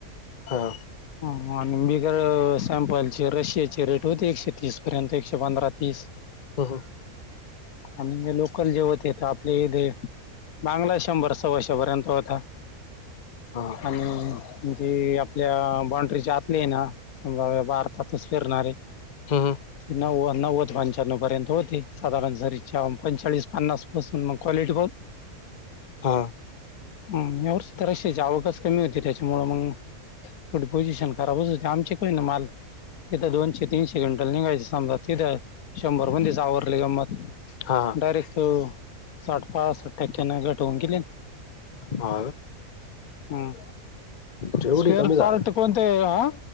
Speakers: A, on the left (about 40°); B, on the left (about 75°).
A: हा.
B: आणि बगर सॅम्पलचे रशियाचे रेट होते एकशे तीस पर्यंत एकशे पंधरा तीस
A: हम्म,
B: आणि लोकल जेवत येत आपले बांगला शंभर सवशेपर्यंत होता
A: हा
B: आणि म्हणजे आपल्या बॉड्री जातली आहे ना सजाव्या भारतातच फिरणारे
A: हम्म हम्म.
B: ते नव्वद नव्व ते पंच्याण्णव पर्यंत होते साधारण सरीच्या पंचाळीस पन्नास पासून मग क्वालीटी बहत
A: हा.
B: हम्म म्युटस तर असे जाळवताच कमी होते त्याची. त्यामुळे मग थोडी पोझिशन खराबच होते आमचे काही ना माल तिथं दोनशे तीनशे घंटाल निघायचं समजा तिथे शंभर पण तस आवरले गंम
A: हा
B: डयरेक्ट साठ पा टक्क्याना घट होऊन गेले
A: हा
B: हम्म.
A: जेवढी
B: स्पेर
A: कमी झाल
B: पार्ट कोणते हा